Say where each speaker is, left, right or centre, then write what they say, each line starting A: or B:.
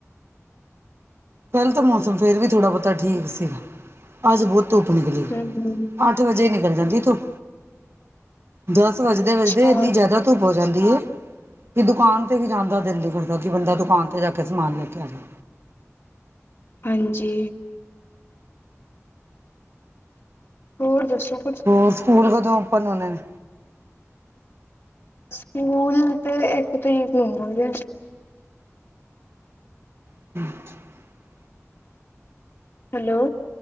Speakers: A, on the right (about 50°); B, on the left (about 50°).
A: ਕੱਲ ਤਾਂ ਮੌਸਮ ਫੇਰ ਵੀ ਥੋੜਾ-ਬੋਤਾ ਠੀਕ ਸੀਗਾ, ਅੱਜ ਬੋਤ ਧੂੱਪ ਨਿਕਲੀ।
B: ਹਮ
A: ਆੱਠ ਵਜੇ ਈ ਨਿਕਲ ਜਾਂਦੀ ਏ ਧੂੱਪ, ਦਾੱਸ ਵੱਜਦੇ-ਵੱਜਦੇ,
B: ਅੱਛਾ
A: ਇੰਨੀ ਜਾਦਾ ਧੂਪ ਹੋ ਜਾਂਦੀਏ ਕਿ ਦੁਕਾਨ ਤੇ ਵੀ ਜਾਨ ਦਾ ਦਿਲ ਨੀ ਕਰਦਾ, ਕਿ ਬੰਦਾ ਦੁਕਾਨ ਤੇ ਜਾ ਕੇ ਸਮਾਨ ਲੈ ਕੇ ਆ ਜਾਏ।
B: ਹਾਂਜੀ। ਹੋਰ, ਦੱਸੋ ਕੁੱਛ?
A: ਹੋਰ, ਸੂਕੂਲ ਕਦੋਂ ਓਪਨ ਹੋਨੇ ਨੇ?
B: ਸੂਕੂਲ ਤੇ, ਏੱਕ ਤਰੀਕ ਨੂੰ ਹੋਨਗੇ।
A: <unintelligible>
B: ਹੈਲੋ?